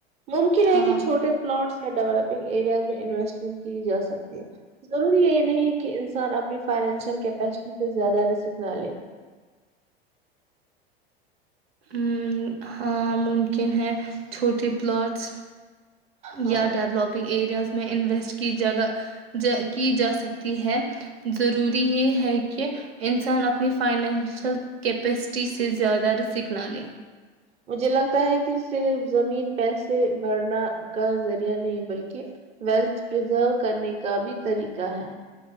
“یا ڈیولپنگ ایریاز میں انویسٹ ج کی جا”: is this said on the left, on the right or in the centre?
Right